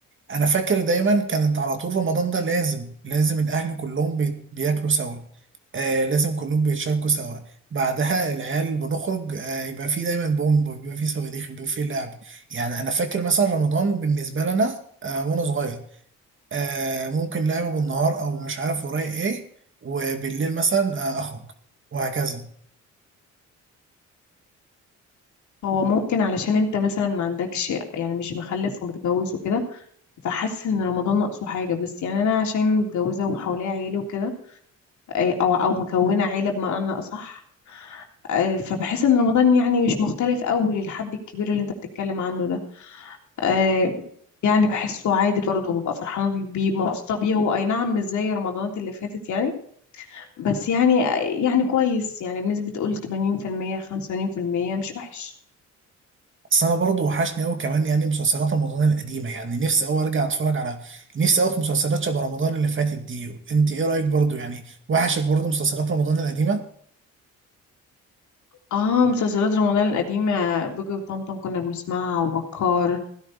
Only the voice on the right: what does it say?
انا فاكر دايما كانت على طول رمضان ده لازم لازم الاهل كلهم بي- بياكلوا سوا آه لازم كلهم بيتشاركوا سوا بعدها العيال بنخرج آه يبقى في دايما بومب بيبقى في صواريخ بيبقى في لعب يعني انا فاكر مثلا رمضان بالنسبه لنا آه وانا صغير آه ممكن لعبة بالنهار أو مش عارف ورايا إيه وبالليل مثلا آه أخرج وهكذا
بس أنا برضو وحشني أوي كمان يعني مسلسلات رمضان القديمة يعني نفسي أوي أرجع أتفرج على نفسي أوي في مسلسلات شبه رمضان اللي فاتت دي أنت إيه رأيك برضو يعني وحشك برضو مسلسلات رمضان القديمة؟